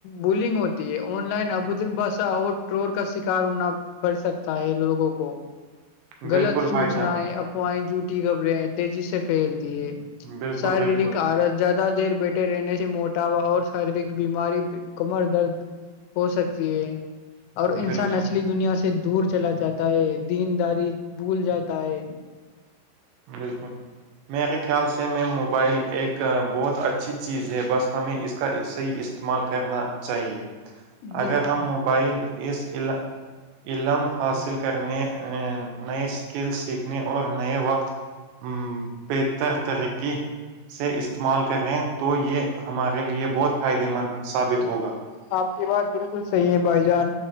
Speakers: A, on the left; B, on the right.
A: بولنگ ہوتی ہے آن لائن ابدر باشا اور ٹرور کا شکار ہونا پ سکتا ہے لوگوں کو غلط
B: بالکل
A: سوچنا
B: بھائی جان
A: ہے خوائیں جوٹی خبریں ہیں تیزی سے پھیلتی ہے
B: بالکل
A: شارییرک
B: بالکل
A: آر زیادہ دیر بیٹھے رہنے سے موٹاپا اور شارییرک بیماری کمر درد ہو سکتی ہے اور انسان
B: بالکل
A: اصلی دنیا سے سے دور چلا جاتا ہے دینداری بھول جاتا ہے
B: بالکل میرے خیال سے میں موبائل ایک بہت اچھی چیز ہے بس ہمیں اس کا صحیح استعمال کرنا چاہیے
A: جی
B: اگر ہم موبائل اس علم حاصل کرنے نئے اسکل سیکھنے اور نئے وقت ا بہتر ترقی <unintelligible> سے استعمال کریں تو یہ ہمارے لیے بہت فائدے مند ثابت
A: ج
B: ہوگا
A: جی آپ کی بات بالکل صحیح ہے بھائی جان